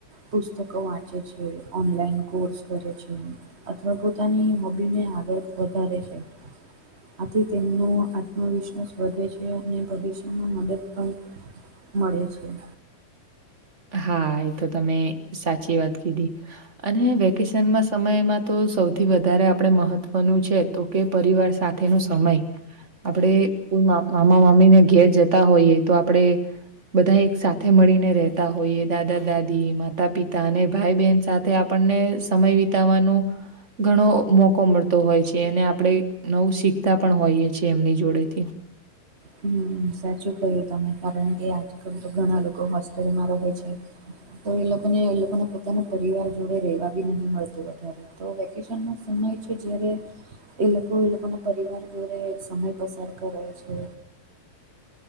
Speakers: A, on the right; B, on the right.
A: પુસ્તકો વાંચે છે ઓનલાઈન કોર્સ કરે છે. અથવા પોતાની હોબીને આગળ વધારે છે. આથી તેમનો આત્મવિશ્વાસ વધે છે. અને ભવિષ્યમાં મદદ પણ મળે છે.
B: હા એ તો તમે સાચી વાત કીધી. અને વેકેશનમાં સમયમાં તો સૌથી વધારે આપણે મહત્ત્વનું છે તો કે. પરિવાર સાથે નો સમય. આપણે કોઈ મામા મામીને ઘેર જતા હોઈએ તો આપડે. બધા એક સાથે મળીને રહે. હોય દાદા દાદી માતા પિતા અને ભાઈ બહેન સાથે આપણને સમય વિતાવાનો. ઘણો મોકો મળતો હોય છે અનેને આપણે. નવું શીખતા પણ હોઈએ છ છેએ એમની જોડે થી.
A: હ સાચું કહ્યું તમે કારણ કે આજકાલ તો ઘણા લોકો હોસ્ટેલમાં રહે છે. તો એ લોકોને એ લોકોને પોતાના પરિવાર જોડે રેવા બી નહ મળતું વધારે. તો વેકેશન નો સમય છે જારે. એ લોકો એ લોકો ના પરિવાર ઘરે સમય પસાર કરે છે.